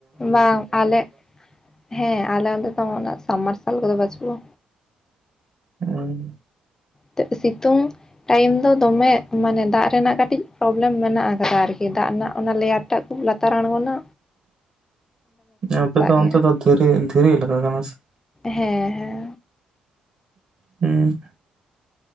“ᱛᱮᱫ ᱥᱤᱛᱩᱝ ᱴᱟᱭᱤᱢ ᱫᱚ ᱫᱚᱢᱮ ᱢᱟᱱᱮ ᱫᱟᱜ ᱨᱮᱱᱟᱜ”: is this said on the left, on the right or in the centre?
Left